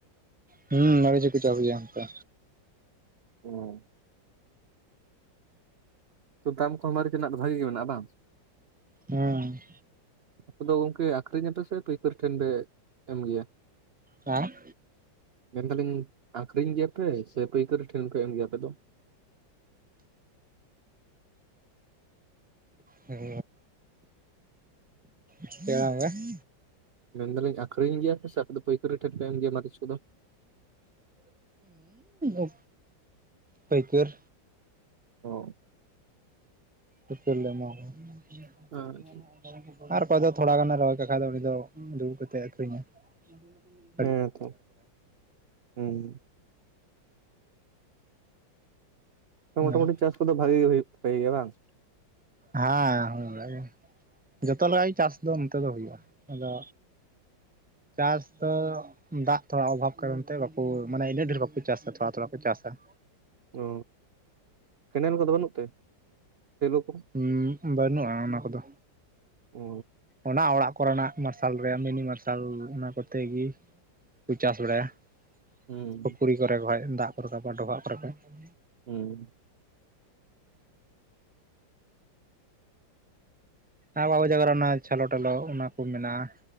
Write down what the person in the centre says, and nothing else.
ᱦᱩᱸ ᱢᱟᱨᱤᱪ ᱦᱚᱸᱠᱚ ᱪᱟᱥ ᱜᱮᱭᱟ ᱚᱱᱠᱟ
ᱦᱩᱸ᱾
ᱦᱟᱸ?
ᱦᱮᱸ <unintelligible> ᱪᱮᱠᱟ ᱦᱚᱸ ᱵᱟ <inaudible>
ᱩᱻ ᱯᱟᱹᱭᱠᱟᱹᱨ
ᱯᱟᱹᱭᱠᱟᱹᱨ ᱞᱮ ᱮᱢᱟ ᱠᱚᱣᱟ᱾
ᱟᱨ ᱚᱠᱚᱭ ᱫᱚ ᱛᱷᱚᱲᱟ ᱜᱟᱱᱮ ᱨᱚᱦᱚᱭ ᱠᱟᱜ ᱠᱷᱟᱡ ᱫᱚ ᱩᱱᱤ ᱫᱚ ᱫᱩᱲᱩᱵ ᱠᱟᱛᱮᱜ ᱮ ᱟᱹᱷᱨᱤᱧᱟ ᱾ <unintelligible>
ᱦᱮᱸ
ᱦᱮᱸ ᱦᱚ ᱚᱱᱠᱟᱜᱮ ᱡᱚᱛᱚ ᱞᱮᱠᱟ ᱜᱮ ᱪᱟᱥ ᱫᱚ ᱚᱱᱛᱮ ᱫᱚ ᱦᱩᱭᱩᱜᱼᱟ᱾ ᱟᱫᱚ ᱪᱟᱥ ᱫᱚ ᱫᱟᱜ ᱛᱷᱚᱲᱟ ᱚᱵᱷᱟᱵᱽ ᱠᱟᱨᱚᱱ ᱛᱮ ᱵᱟᱠᱚ ᱢᱟᱱᱮ ᱤᱱᱟᱹᱜ ᱰᱷᱮᱨ ᱵᱟᱠᱚ ᱪᱟᱥᱟ ᱛᱷᱚᱲᱟ ᱛᱷᱚᱲᱟ ᱠᱚ ᱪᱟᱥᱟ ᱾
ᱦᱩᱸ ᱵᱟᱹᱱᱩᱜᱼᱟ ᱚᱱᱟ ᱠᱚᱫᱚ,
ᱚᱱᱟ ᱚᱲᱟᱜ ᱠᱚᱨᱮᱱᱟᱜ ᱢᱟᱨᱥᱟᱞ ᱨᱮᱭᱟᱜ ᱢᱤᱱᱤ ᱢᱟᱨᱥᱟᱞ ᱚᱱᱟ ᱠᱚᱛᱮ ᱜᱮ ᱠᱚ ᱪᱟᱥ ᱵᱟᱲᱟᱭᱟ ᱾
ᱯᱩᱠᱷᱨᱤ ᱠᱚᱨᱮ ᱠᱷᱚᱡ ᱫᱟᱜ ᱠᱚ ᱨᱟᱠᱟᱵᱟ ᱰᱚᱵᱷᱟᱜ ᱠᱚᱨᱮ ᱠᱷᱚᱡ ᱾
ᱟᱨ <inaudible> ᱚᱱᱟ ᱪᱷᱞᱚ ᱴᱚᱞᱳ ᱚᱱᱟ ᱠᱚ ᱢᱮᱱᱟᱜᱼᱟ